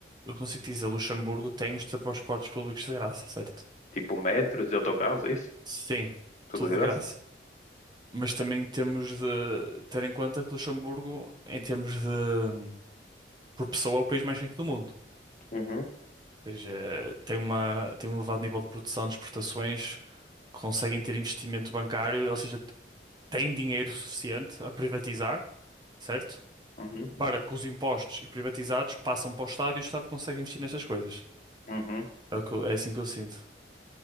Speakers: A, on the right; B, on the left.
A: Eu consigo dizer, Luxemburgo tem os transportes públicos de graça, certo?
B: tipo metros e autocarros, é isso?
A: Sim,
B: Tudo
A: tudo
B: de
A: de
B: graça?
A: graça. Mas também temos de ter em conta que Luxemburgo, em termos de. Por pessoa, é o país mais rico do mundo.
B: Uhum,
A: Ou seja, tem uma, tem um elevado nível de produção, de exportações, conseguem ter investimento bancário, ou seja. tem dinheiro suficiente a privatizar, certo?
B: uhum,
A: Para que os impostos e privatizados passam para o Estado e o Estado consegue investir nestas coisas.
B: uhum.
A: É, o que eu- é assim que eu sinto.